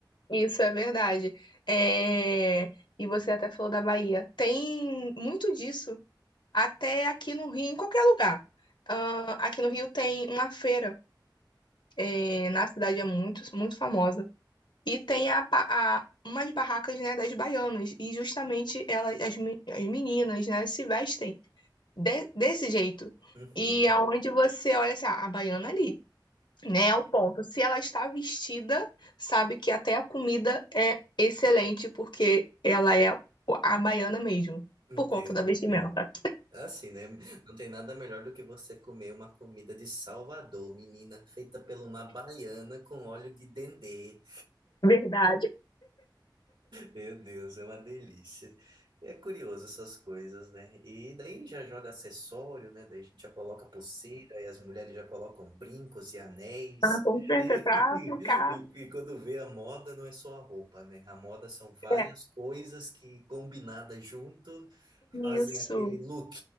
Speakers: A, on the left; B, on the right.
A: isso é verdade. é e você até falou da Bahia. Tem muito disso, até aqui no Rio, em qualquer lugar. Ah, aqui no Rio tem uma feira, é na cidade é muito, muito famosa. E tem a, pa- a- umas barracas, né, das baianas. E justamente elas, as, me- as meninas, né, se vestem de- desse jeito.
B: Uhum,
A: E aonde você olha assim, ah, a baiana ali, né? É o ponto. Se ela está vestida, sabe que até a comida é excelente, porque ela é a baiana mesmo,
B: entendo,
A: por conta da vestimenta.
B: entendo. É Assim, né? Não tem nada melhor do que você comer uma comida de Salvador, menina, feita por uma baiana com óleo de dendê.
A: Verdade.
B: Meu Deus, é uma delícia. E é curioso essas coisas, né? E daí já joga acessório, né? Daí a gente já coloca pulseira e as mulheres já colocam brincos e anéis.
A: Ah, com certeza,
B: E,
A: pra
B: <laughs>
A: ficar.
B: e, e quando vê a moda, não é só a roupa, né? A moda são várias
A: É,
B: coisas que combinadas junto fazem
A: isso.
B: aquele look,